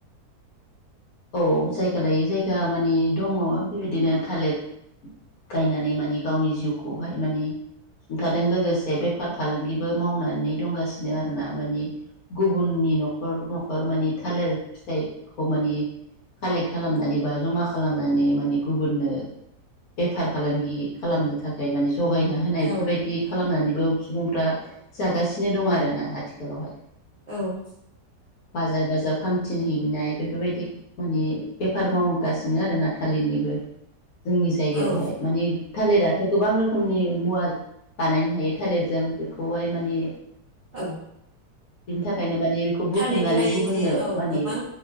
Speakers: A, on the left (about 65°); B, on the right (about 55°).
A: औ जायगा लायै जायगा माने दङ बेबायदिनो थालेर गायनानै माने गावनि जिउखौहाय माने सुंथादों लोगोसे बेफार फालांगिबो मावनानै दंगासिनो आरोना माने गुबुननि न'खर न'खर माने थालिर फिथाइखौ माने कालेक खालामनानै बा जमा खालामनानै माने गुबुननो बेफार फालांगि खालामनो थाखाय माने जगायना होनाय बेफोरबायदि
B: औ
A: खालामनानै गोब सुबुंफ्रा जागासिनो दं आरो ना आथिखालावहाय
B: औ
A: बाजार बाजार फांथिन हैनाय बेफोरबायदि माने बेफार मावगासिनो आरो ना थालिरनिबो जोंनि जायगायावहाय
B: औ
A: माने थालिराथ' गोबां रोखोमनि मुवा बानायनो हायो थालिरजों बेखौहाय माने
B: औ
A: बिनि थाखायनो माने बेखौ बुथुमनानै
B: थालिरनिफ्राय
A: गुबुननो
B: जे औ
A: माने
B: गोबां